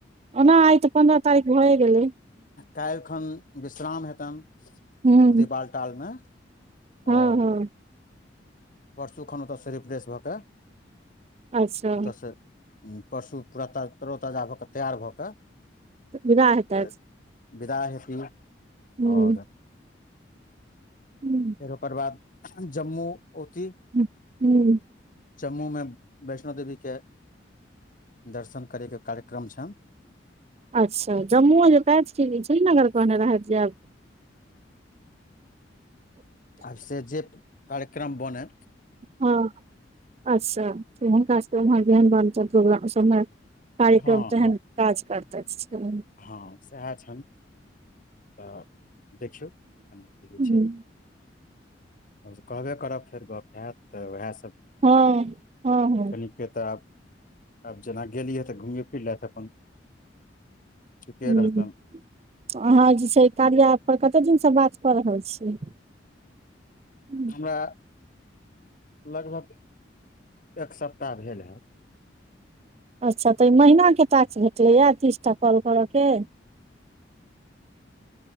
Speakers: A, on the right; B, on the left.
A: ओना आइ तऽ पन्द्रह तारीख भए गेलै
B: काल्हिखन विश्राम हेतन
A: हूँ
B: ओथी बालटालमे
A: हँ
B: आओर
A: हँ
B: परसू खन ओतऽ स रिफ्रेश भऽ के
A: अच्छा
B: ओतयसँ परसू पूरा तरोताजा भऽ कऽ तैयार भऽ कऽ
A: विदा हैतेथ
B: फेर विदा हेती
A: हूँ
B: आओर
A: हूँ
B: फेर ओकर बाद जम्मू ओती
A: ह हूँ
B: जम्मूमे वैष्णो देवीके दर्शन करयके कार्यक्रम छन्
A: अच्छा जम्मुओ जेतथ कि श्रीनगर कहने रहैथ जायब
B: आब से जे कार्यक्रम बने
A: हँ अच्छा हुनका सबकें ओम्हर जेहन बन प्रोग्राम समय कार्यक्रम
B: हँ
A: तेहन
B: हँ
A: काज करतथ छै
B: हँ सएह छनि तऽ देखियौ कनि क होई
A: हूँ
B: छै हमसभ कहबे करब फेर गप हैत तऽ उएहसभ
A: हँ हँ हँ
B: कनिके तऽ आब आब जेना गेलिय तऽ घुमिय फिर लेथ अपन ठीके
A: हुँ
B: रहतनि
A: अहाँ जे छै कार्या एप्प पर कतेक दिनसँ बात कऽ रहल छियै हुँ
B: हमरा लगभग एक सप्ताह भेल हन
A: अच्छा तऽ ई महीनाके टाक्स भेटैए तीस टा काॅल करऽके